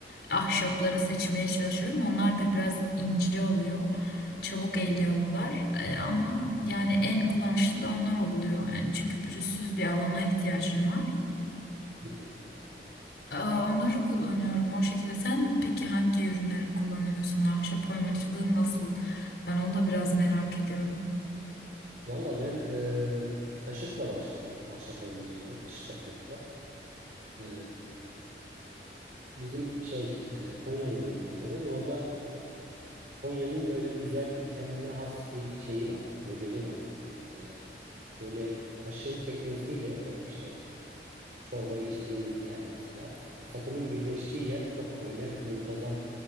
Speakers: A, on the left; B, on the right.
A: ahşapları seçmeye çalışıyorum. Onlar da biraz ince oluyor. Çabuk eğiliyorlar E, ama yani en kullanışlı da onlar oluyor. Yani çünkü pürüzsüz bir alana ihtiyacın var.
B: Hı hı.
A: Aa, Onları kullanıyorum o şekilde. Sen peki hangi ürünleri kullanıyorsun? Ahşap oymacılığı nasıl? Ben onu da biraz merak ediyorum.
B: Valla ben e, kaşıkla başladım ahşap oymacılığına kaşık yapmakla. E, bizim şey e, Konyalıyım normalde ben. Orada Konya'nın böyle güzel kendine has bir şeyi var, modeli var. E, böyle kaşığın teknesiyle o işte çorbayı içtiğimiz yer mesela. Sapının birleştiği yer çok böyle muntazam,